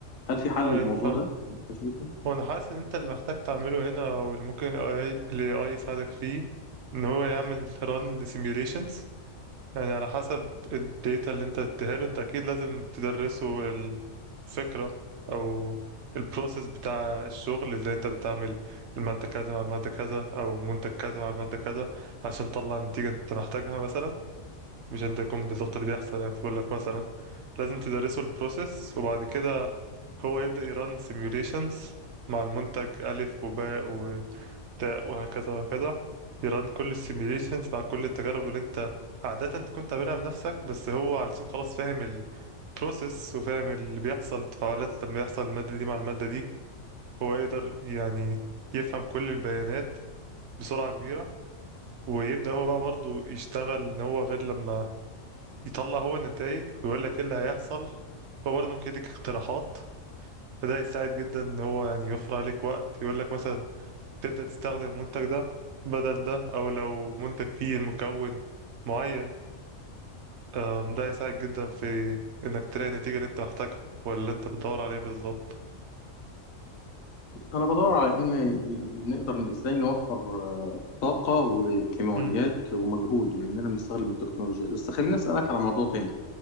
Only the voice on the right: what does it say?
ايوه
انا فاهم
وانا حاسس ان انت اللي محتاج تعمله هنا او اللي ممكن ال AI يساعدك فيه ان هو يعمل ران لسيميوليشنز يعني على حسب الداتا اللي انت اديهاله انت اكيد لازم تدرسه الفكرة او البروسيس بتاع الشغل ازاي انت بتعمل المادة كذا مع المادة كذا او منتج كذا مع المادة كذا عشان تطلع النتيجة انت محتاجها مثلا مش انت يكون بالظبط اللي بيحصل يعني بيقول لك مثلا لازم تدرسه البروسيس وبعد كده هو يبدأ يران سيميوليشنز مع المنتج ألف وباء تاء وهكذا وهكذا يران كل السيميليشنز مع كل التجارب اللي انت عادة تكون تعملها بنفسك بس هو علشان خلاص فاهم البروسيس وفاهم اللي بيحصل التفاعلات لما يحصل المادة دي مع المادة دي هو يقدر يعني يفهم كل البيانات بسرعة كبيرة ويبدأ هو بقى برضه يشتغل ان هو غير لما يطلع هو النتائج ويقول لك ايه اللي هيحصل هو برضه ممكن يديك اقتراحات فده هيساعد جدا ان هو يعني يوفر عليك وقت يقول لك مثلا تبدأ تستخدم المنتج ده بدل ده أو لو منتج فيه مكون معين أم، ده هيساعدك جدا في إنك تلاقي النتيجة اللي أنت محتاجها ولا أنت بتدور عليه بالظبط
مم،